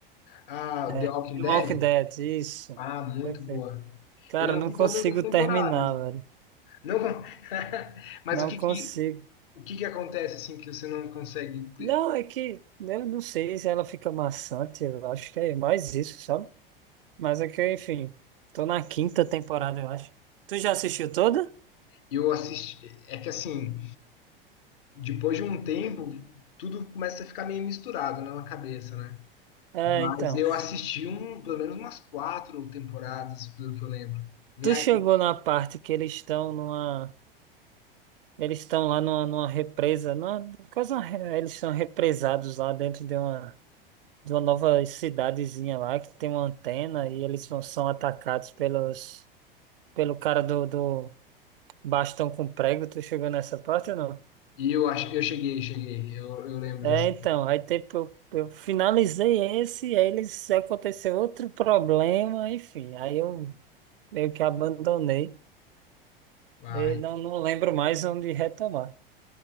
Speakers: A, on the left; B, on the right.
A: Ah,
B: É,
A: The Walking
B: The
A: Dead?
B: Walking Dead, isso.
A: Ah, muito
B: Perfeito.
A: boa.
B: Cara,
A: Eu não
B: eu não
A: vi
B: consigo
A: todas as temporadas.
B: terminar, velho.
A: Não, <laughs> mas
B: Não
A: o que
B: consigo.
A: que, o que que acontece assim que você não consegue?
B: Não, é que eu não sei se ela fica maçante, eu acho que é mais isso, sabe? Mas é que, enfim, tô na quinta temporada, eu acho. Tu já assistiu toda?
A: Eu assisti, é que assim, depois de um tempo, tudo começa a ficar meio misturado na cabeça, né?
B: É,
A: Mas
B: então.
A: eu assisti um, pelo menos umas quatro temporadas, pelo que eu lembro. Minha,
B: Tu chegou na parte que eles estão numa. Eles estão lá numa, numa represa, numa, quase uma, re- eles são represados lá dentro de uma, de uma nova cidadezinha lá que tem uma antena e eles são, são atacados pelos, pelo cara do, do bastão com prego. Tu chegou nessa parte ou não?
A: e eu acho que eu cheguei, cheguei. Eu, eu lembro
B: É,
A: dessa.
B: então, aí tipo, eu, finalizei esse, e aí eles aconteceu outro problema, enfim, aí eu meio que abandonei
A: Mas
B: e não, não lembro mais onde retomar.